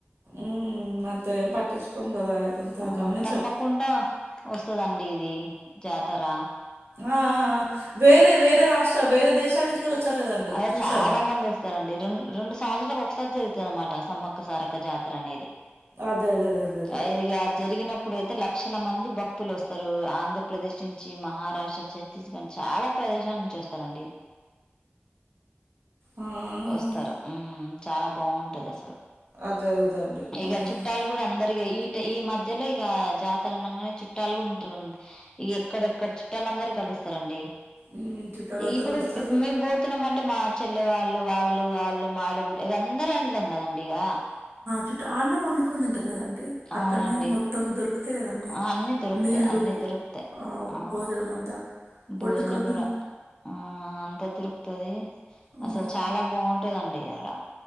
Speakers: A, on the right (about 75°); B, on the left (about 20°).
A: ఉమ్ అంతేం పట్టించుకోం కదా అంత
B: ఆ
A: గమనించాం
B: తప్పకుండా వస్తుదండి ఇది జాతర
A: ఆ ఆ వేరే వేరే రాష్ట్ర వేరే దేశాల నుంచి కూడా వచ్చారు కదండి
B: అది
A: చూసాము
B: చాలా మంది వస్తారండి రెం రెండు సంవత్సరాలకు ఒకసారి జరుగుతుంది అనమాట సమ్మక్క సారక జాతర అనేది
A: అదే అదే అదే అదే అదే
B: అది జరిగినప్పుడుయితే లక్షల మంది భక్తులు వస్తారు ఆంధ్రప్రదేశ్ నుంచి మహారాష్ట్ర ఛత్తీస్గఢ్ చాలా ప్రదేశాల నుంచి వస్తారండి
A: ఆ, ఆ,
B: వస్తారు
A: ఆ.
B: చాలా బాగుంటది అసలు
A: అదే అదేదండి
B: ఇగ
A: ఉమ్
B: చుట్టాలు కూడా అందరి ఈ ఈ మధ్యలో ఇక జాతరణంగానే చుట్టాలు కూడా ఉంట ఇక ఎక్కడెక్కడ చుట్టాల అందరు కలుస్త రండి
A: ఉమ్ చుట్టాలందరూ
B: ఇప్పుడు
A: వస్తారు
B: మే పోతున్నాం అంటే మా చెల్ల వాళ్ళ వాళ్ళు వాళ్ళు మా ఆడ బిడ్డ ఇగా అందరం వెళ్తాం కదండి ఇగ
A: చుట్ట అన్నండుకు
B: అవునండి
A: అక్కనే మొత్తం దొరుకుతాయి కదండీ
B: ఆ అన్ని దొరుకుతాయి
A: నీళ్లు
B: అన్ని దొరుకుతాయి
A: అ
B: ఆ
A: భోజనము అంతా
B: భోజనం
A: వండుకొని
B: కూడా
A: తిన
B: ఆ అంత దొరుకుతది
A: ఆ
B: అసలు చాలా బాగుంటది అండి ఆడ